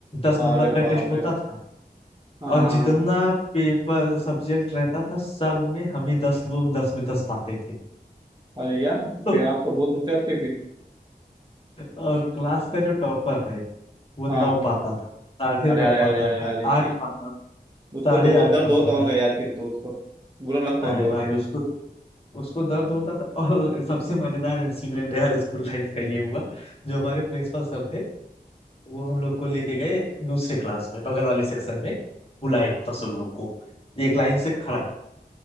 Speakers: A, on the left; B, on the right.
A: दस नंबर
B: अरे
A: का
B: बाप
A: टेस्ट होता
B: रे
A: था
B: हाँ
A: और जितना पेपर सब्जेक्ट रहता था सब में हम ही दस लोग दस में दस पाते थे
B: अरे यार
A: तो
B: फिर आप तो बहुत होशियार थे फिर
A: और क्लास का जो टॉपर है वो
B: हाँ
A: नौ पाता था साढ़े
B: अरे
A: नौ
B: अरे
A: पाता
B: अरे
A: था
B: अरे अरे
A: आठ पाता
B: <laughs> उसको
A: साढ़े
B: तो बहुत
A: आठ
B: दर्द
A: पाता
B: होता
A: था
B: होगा यार फिर तो उसको बुरा लगता
A: अरे
B: होगा
A: भाई
B: उसको
A: उसको उसको दर्द होता था और सबसे मजेदार इंसिडेंट यार स्कूल लाइफ का ये हुआ जो हमारे प्रिंसिपल सर थे वो हम लोग को लेके गए दूसरे क्लास में बगल वाले सेक्शन में बुलाए हम दसों लोग को एक लाइन से खड़ा